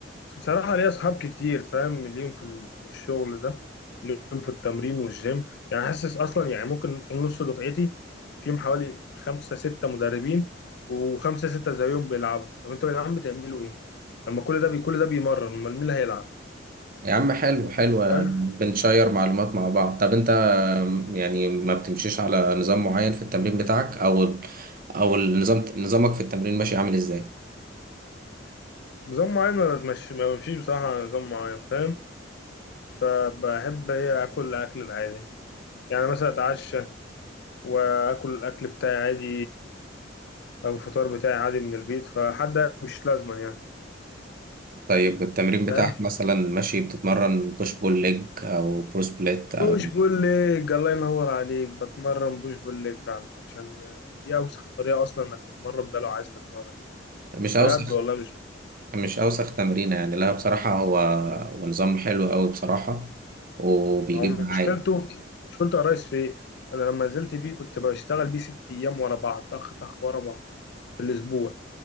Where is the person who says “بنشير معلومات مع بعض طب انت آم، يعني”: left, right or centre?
Right